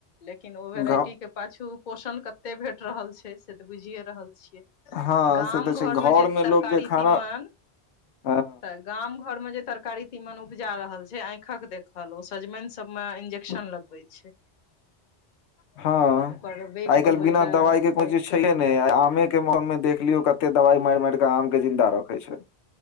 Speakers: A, on the left; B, on the left.
A: लेकिन ओ वेराइटी
B: गाँव
A: के पाछू पोषण कते भेट रहल छै से तऽ बुझिये रहल छै छिए
B: हँ
A: गाम
B: से तऽ छै
A: घर
B: घरमे
A: मे जे
B: लोक
A: तरकारी
B: जे खाना
A: तीमन
B: हँ
A: तऽ गाम घर में जे तरकारी तीमन उपजा रहल छै अैखक देखल ओ सजमैन सब मऽ इंजेक्शन लग हो छैय
B: हँ
A: ओकर वेट
B: आय कैल
A: बढ़बै
B: बिना
A: लए
B: दवाई के कोनो
A: पैघ
B: चीज
A: करै
B: छैेहे नेैय
A: लए
B: आमे के के मोह मे देख लियो कते दवाय मैर- मैर केे आम के जिन्दा रखेै छैय